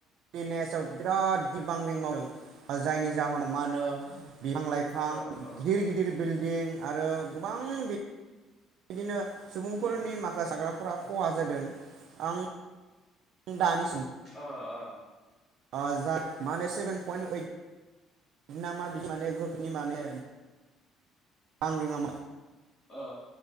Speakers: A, on the right; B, on the left.
A: लिनेसाव बिराद गबां रिं मावदों जायनि जाहोनाव मा होनो। बिफां लाइफां
B: औ
A: गिदिर
B: औ
A: गिदिर बिल दिं। आरो गोबां बि बिदिनो। सुबुंफोरनि
B: उम
A: माखा साग्रा फ्रा खहा जादों आं दानि
B: ओ ओ‌।
A: ओजा मा होनो सेभेन पइन्ट ओइट बिनामा बि माने गोखोनि माने। बांग्रि आ
B: अ